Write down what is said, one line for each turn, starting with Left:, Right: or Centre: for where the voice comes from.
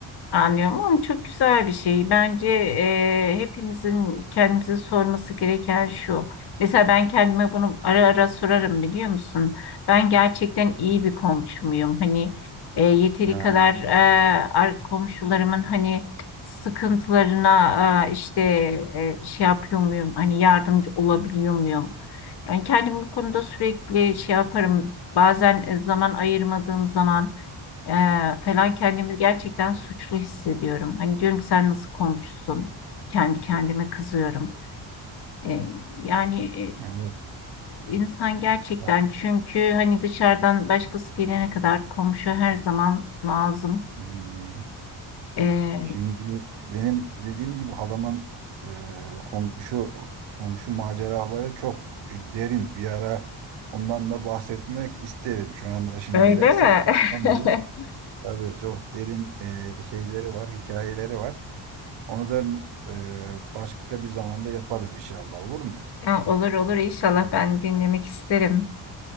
Left: Anlıyorum ama çok güzel bir şey. Bence e, hepimizin kendimize sorması gereken şu. Mesela ben kendime bunu ara ara sorarım biliyor musun? Ben gerçekten iyi bir komşu muyum? Hani e, yeteri
Right: Ha,
Left: kadar e, ar- komşularımın hani sıkıntılarına e, işte e, şey yapıyor muyum? Hani yardımcı olabiliyor muyum? Ben kendimi bu konuda sürekli şey yaparım. Bazen e, zaman ayırmadığım zaman ee, falan kendimi gerçekten suçlu hissediyorum. Hani diyorum ki sen nasıl komşusun? Kendi kendime kızıyorum. Ee, yani e,
Right: evet.
Left: insan gerçekten
Right: Ha,
Left: çünkü hani dışarıdan başkası gelene kadar komşu her zaman lazım.
Right: hmm.
Left: Ee,
Right: Şimdi benim dediğim gibi halamın e, komşu komşu maceraları çok derin. Bir ara ondan da bahsetmek isterim. Şu anda şimdi
Left: öyle
Right: girersek
Left: mi?
Right: tam bu.
Left: <laughs>
Right: Tabii çok derin e, şeyleri var, hikayeleri var. Onu da e, başka bir zamanda yaparız inşallah olur mu?
Left: Ya, olur olur inşallah ben dinlemek isterim.